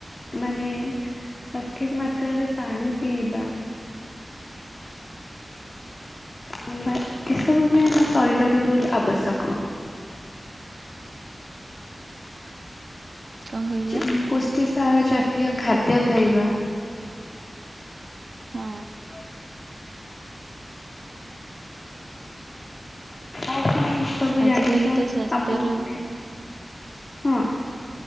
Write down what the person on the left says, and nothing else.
ମାନେ ସଠିକ ମାତ୍ରାରେ ପାଣି ପିଇବା ହୁଁ ବା ଏ ସବୁ ବି ଆମର ଶାରୀର ପାଇଁ ବହୁତ ଆବଶ୍ୟକ।
ଯେମ ପୁଷ୍ଟିସାର ଜାତୀୟ ଖାଦ୍ୟ ଖାଇବା।
<inaudible> ଆଉ କଣ ସବୁ
ଜାଣିଛ
ଆମ ପାଇଁ ହଁ।